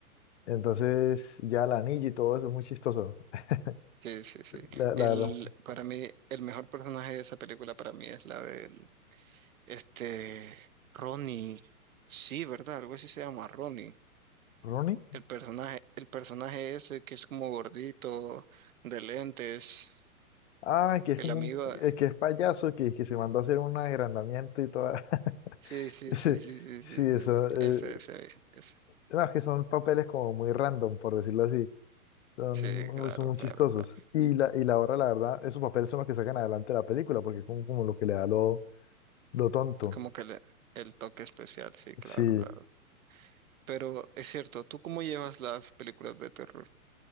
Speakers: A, on the left; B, on the right.
A: Entonces ya la anillo y todo eso es muy chistoso. <laughs>
B: Sí, sí, sí.
A: La, la
B: El,
A: verdad, mucho.
B: para mí, el mejor personaje de esa película para mí es la del, este, Ronnie. Sí, ¿verdad? Algo así se llama Ronnie.
A: ¿Ronnie?
B: El personaje, el personaje ese que es como gordito, de lentes,
A: Ah, que es
B: el
A: como
B: amigo.
A: un, eh, que es payaso, que, que se mandó a hacer un agrandamiento y toda.
B: Sí, sí,
A: <laughs>
B: sí,
A: Sí,
B: sí, sí,
A: sí,
B: sí, sí.
A: eso.
B: sí.
A: eh,
B: Ese, ese, ese.
A: no, es que son papeles como muy random, por decirlo así. Son
B: Sí, claro,
A: son muy
B: claro,
A: chistosos.
B: claro.
A: Y la, y la hora, la verdad, esos papeles son los que sacan adelante la película, porque es como, como lo que le da lo, lo tonto.
B: Como que le- el toque especial, sí, claro,
A: Sí.
B: claro. Pero es cierto, ¿tú cómo llevas las películas de terror?